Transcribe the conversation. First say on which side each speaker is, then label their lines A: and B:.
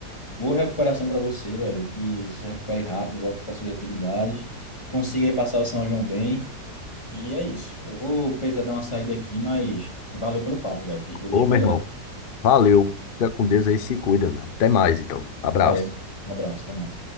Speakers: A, on the left; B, on the left.
A: boa recuperação para você, velho, que você se recupere rápido, volte para suas atividades, consiga aí passar o São João bem, e é isso. Eu vou precisar dar uma saída aqui, mas valeu pelo papo, velho, e desejo
B: Ô, meu
A: melhor.
B: irmão, valeu. Fica com Deus aí, se cuida, né? Até mais, então. Abraço.
A: Valeu, um abraço, até mais.